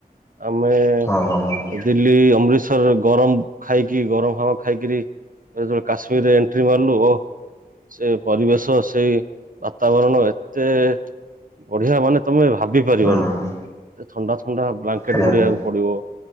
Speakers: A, on the right; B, on the left.
A: ଆମେ।
B: ହଁ -ହଁ।
A: ଦିଲ୍ଲୀ ଅମୃତସର ଗରମ୍ ଖାଇକି ଗରମ ହବ ଖାଇକିରି। ଯେବେକାଶ୍ମୀରରେ ଏଣ୍ଟ୍ରି ମାରିଲୁ ଓ-ଓ। ସେ ପରିବେଶ ସେଇ ବାତାବରଣ ଏତେଏ ବଢିଆ ହବନା ତମେ ଭାବି ପାରିବନି,
B: ହୁଁ
A: ଥଣ୍ଡା ଥଣ୍ଡା ବ୍ଲାଙ୍କେଟେ
B: ଆଜ୍ଞା ଆଜ୍ଞା
A: ଘୋଡେଇବାକୁ ପଡିବ।